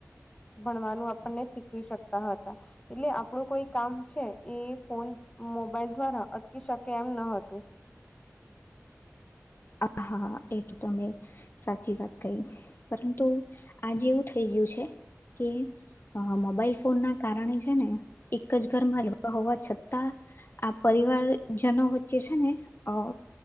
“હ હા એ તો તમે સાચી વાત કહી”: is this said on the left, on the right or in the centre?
Left